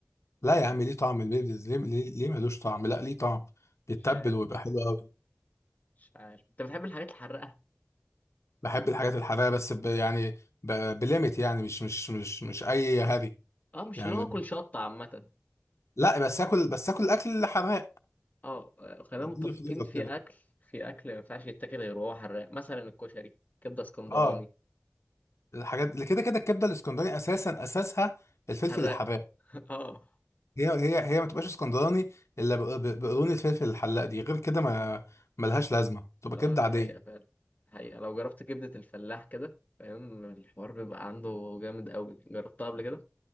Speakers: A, on the left; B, on the left.
A: لا يا عم ليه طعم البيبلز ليه ليه, ليه ملوش طعم لا ليه طعم بيتبل
B: مش عارف
A: ويبقى حلو قوي
B: مش عارف أنت بتحب الحاجات الحراقة؟
A: بحب الحاجات الحراقه بس ب... يعني ب... بليمت يعني مش مش مش مش اي هري
B: اه مش
A: يعني
B: اللي هو اكل شطه عامه
A: لا بس اكل بس اكل اكل حراق
B: اه خلينا
A: يديله
B: متفقين
A: فليفر
B: في
A: كده
B: اكل في اكل ما ينفعش يتاكل غير وهو حراق مثلا الكشري كبده اسكندراني
A: اه الحاجات اللي كده كده الكبده الاسكندراني اساسا اساسها الفلفل
B: حراق
A: الحراق
B: <laughs> اه
A: هي هي هي ما تبقاش اسكندراني الا بق- بق- بقرون الفلفل الحلاق دي غير كده ما ملهاش لازمه تبقى
B: اه
A: كبده
B: ده
A: عاديه
B: حقيقه فعلا حقيقه لو جربت كبده الفلاح كده فاهم الحوار بيبقى عنده جامد قوي جربتها قبل كده